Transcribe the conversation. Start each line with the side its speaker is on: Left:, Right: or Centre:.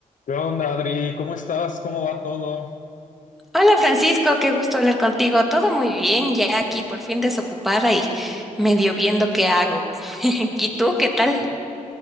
Left: ¿Qué onda, Adri? ¿Cómo estás? ¿Cómo va todo?
Centre: Hola Francisco, qué gusto hablar contigo. Todo muy bien, ya aquí por fin desocupada y medio viendo qué hago. <laughs> ¿Y tú qué tal?
Left: Ujú.